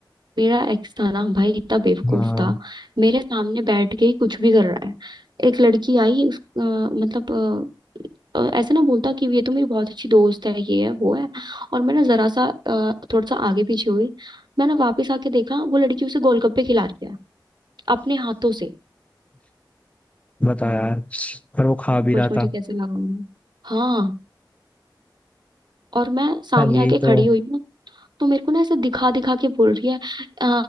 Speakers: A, on the right; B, on the left.
A: मेरा एक्स था ना भाई इतना बेवकूफ
B: हाँ
A: था मेरे सामने बैठ के ही कुछ भी कर रहा है एक लड़की आई उस अ, मतलब अ, अ, ऐसा ना बोलता कि ये तो मेरी बहुत अच्छी दोस्त है ये है वो है और मैं ना जरा सा अ, थोड़ा सा आगे पीछे हुई मैंने वापस आके देखा वो लड़की उसे गोलगप्पे खिला रही है अपने हाथों से
B: बता यार पर वो खा भी
A: सोच
B: रहा
A: मुझे
B: था
A: कैसे लगा होगा। हाँ और मैं सामने
B: यार यही
A: आके
B: तो
A: खड़ी हुई तो मेरे को ना ऐसे दिखा दिखा के बोल रही है "अ,